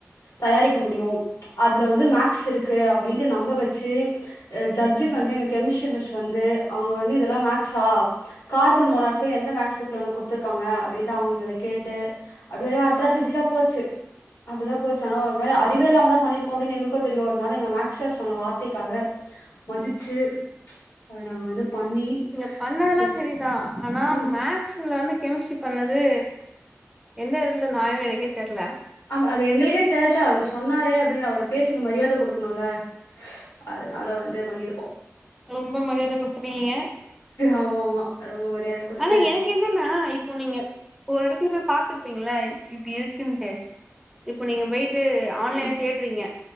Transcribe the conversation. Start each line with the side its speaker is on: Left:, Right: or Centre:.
Left: தயாரிக்க முடியு அது இதுல வந்து மேக்ஸ் இருக்கு அப்டின்ட்டு நம்ப வச்சு ஆ ஜட்ஜுக்கு வந்து எங்க கெமிஸ்ட்ரி மிஸ் வந்து அவுங்க வந்து இதெல்லா மேக்ஸா கார்பன் மோனாக்சைட் எந்த மேக்ஸ் புக்ல ஒனுக் குடுத்துர்க்காங்க அப்டின்ட்டு அவங்கவங்கள கேட்டு அப்டி வேற அட்ராசிட்டிஸ்ச
Centre: ஆ
Left: போச்சு அப்டிதா போச்சு ஆனா ஒரு மாரி அறிவே இல்லாம தா பண்ணிருக் அப்படின் எங்களுக்கு தெரியு ஒரு நாள் எங்க மேக்ஸ் சார் சொன்ன வார்த்தைக்காக மதிச்சு அது நாங்க வந்து பண்ணி
Centre: நீங்க பண்ணதெல்லா
Left: திட்
Centre: செரிதா ஆனா
Left: ம்
Centre: மேக் க்ஸ்ல வந்து கெமிஸ்ட்ரி பண்ணது எந்த விதத்துல நியாய எனக்கே தெரில
Left: ஆமா அது எங்களுக்கே தெரில அவரு சொன்னாரே அப்படின் அவர பேச்சுக்கு மரியாத குடுக்கணுல அதனால வந்து பண்ணிருக்கோ
Centre: ரொம்ப மரியாத குடுத்துட்டிங்க
Left: ஆமா ஆமா ரொம்ப மரியாத குடுத்து
Centre: ஆனா எனக்கு என்னனா இப்போ நீங்க ஒரு இடத்துல போய் பாத்துருப்பீங்களா இப்படி இருக்குன்ட்டு இப்ப நீங்க போயிட்டு ஆன்லைன்ல
Left: ம்
Centre: தேடுறீங்க